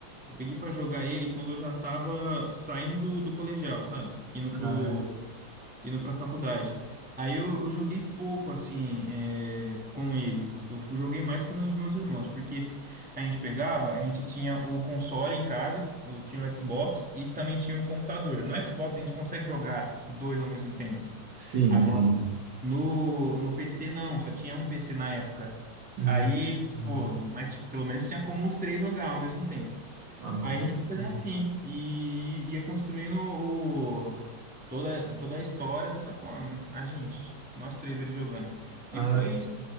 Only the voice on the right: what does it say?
Ah,
Sim,
sim.
hum,
hum.
Ah, com
certeza.
Ah.